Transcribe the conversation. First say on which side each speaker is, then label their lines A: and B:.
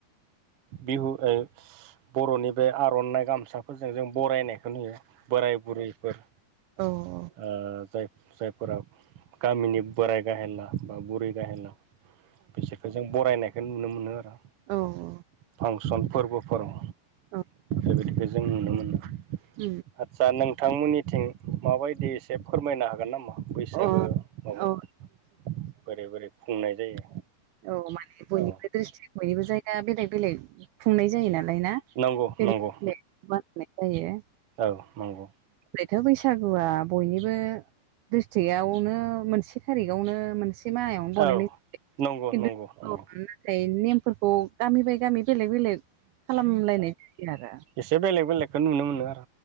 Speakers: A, on the right; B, on the right.
A: बिहु ए बर'नि बे आर'नाइ गामसाफोरजों जों बरायनायखो नुयो। बोराइ बुरिफोर
B: औ।
A: ओ जाय जायफोरा गामिनि बोराइ गाहेनला बा बुरै गाहेनला बिसोरखो जों बरायनायखो नुनो मोनो आरो।
B: औ।
A: फांसन फोरबोफोराव।
B: औ
A: बेबायदिखो जों नुनो मोनो
B: अ
A: आदसा नोंथांमोननिथिं माबायदि एसे फोरमायनो हागोन नामा? बैसागो
B: अ
A: माबायाव
B: औ <inaudible>
A: बोरै बोरै खुंनाय जायो
B: औ माने बयनिबो
A: औ
B: द्रिस्टिक बयनिबो जायगा बेलेग बेलेग खुंनाय जायो नालाय ना?
A: नंगौ
B: बेलेग
A: नंगौ
B: बेलेग बानायनाय जायो ओ।
A: औ नंगौ
B: बेथो बैसागुआ बयनिबो डिस्ट्रिकटआवनो मोनसे थारिखावनो मोनसे मोनसे माहयावनो बनाय
A: औ
B: <inaudible> खिन्थु
A: नंगौ नंगौ नंगौ
B: <inaudible> ओमफ्राय नेमफोरखौ गामि बाय गामि बेलेग बेलेग खालामलायनाय जायो आरो।
A: बे बेलेग बेलेगखो नुनो मोनो आर'